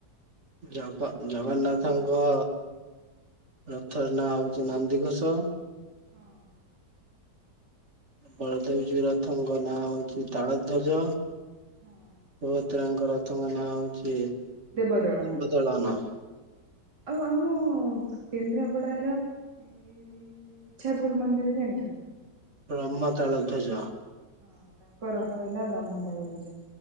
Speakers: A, on the right; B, on the right.
A: ଜଗ ଜଗନ୍ନାଥଙ୍କ ରଥର ନାଁ ହଉଛି ନନ୍ଦିଘୋଷ।
B: ହଁ।
A: ବଳଦେବଜୀଉ ରଥଙ୍କ ନାଁ ହଉଛି ତାଳଧ୍ୱଜ ଶୁଭ
B: ହଁ
A: ତ୍ରା ଙ୍କ ରଥଙ୍କ ନାଁ ହଉଛି
B: ଦେବଦଳନ
A: ଦେବଦଳନ।
B: ଆଉ ଆମ କେନ୍ଦ୍ରାପଡାର ଏଇ ଇଚ୍ଛାପୁର ମନ୍ଦିର ଜାଣିଚ?
A: ବ୍ରହ୍ମ ତାଳଧ୍ୱଜ
B: ହଁ ତାଙ୍କ ରଥ ହେଲା ବ୍ରହ୍ମ ତାଳଧ୍ୱଜ